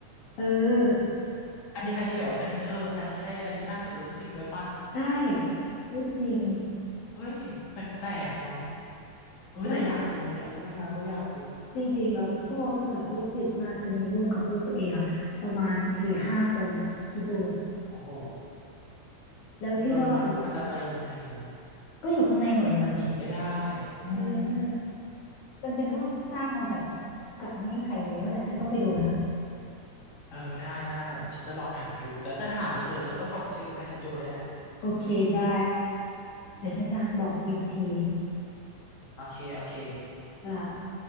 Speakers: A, on the left; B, on the left.
A: เออ
B: อันนี้อันนี้เดี๋ยวอันนี้เธออันนี้ใช่อันนี้สร้างจากเรื่องจริงด้วยปะ
A: ได้เรื่องจริง
B: เฮ้ยแปลกๆเนาะเออแต่อยากดูเนี่ยพูดมาก็อยากดู
A: แล้วจริงๆแล้วพ่อคือแบบลูกจิตมากคือมีลูกกับลูกตัวเองอ่ะประมาณสี่ห้าคนอ่ะคิดดู
B: โอ้โห
A: แล้วที่รอด
B: เออแล้วลูกมันจะไปยังไงเนาะ
A: ก็อยู่ข้างในหมดเลย
B: มันหนีไม่ได้อืม
A: เออ มันเป็นห้องที่สร้างลำดับกลับไม่ให้ใครรู้นั่นแหละเธอต้องไปดูนะ
B: เออได้ได้ฉันจะลองหาดูแต่ฉันหาไม่เจอเธอก็ส่งชื่อมาให้ฉันดูได้วยนะ
A: โอเคได้เดี๋ยวฉันจะบอกเธออีกที
B: โอเคโอเค
A: อ่า